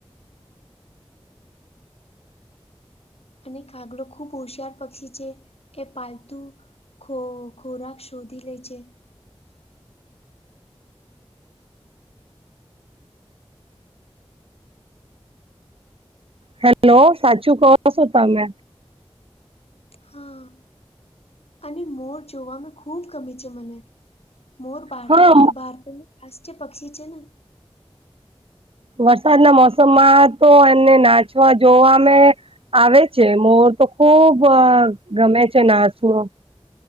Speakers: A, on the left (about 80°); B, on the right (about 65°).
A: અને કાગડો ખૂબ હોશિયાર પક્ષી છે એ પાલતુ ખો ખોરાક શોધી લે છે.
B: હેલો સાચું કહો છો તમે.
A: હા. અને મોર જોવાવામાં ખૂબ ગમે છે મને મોર ભાર
B: હા
A: ભારતમાં રાષ્ટ્રીય પક્ષી છે ન.
B: વરસાદના મોસમમાં તો એમને નાચવા જોવામે આવે છે મોર તો ખુબ ગમે છે નાનું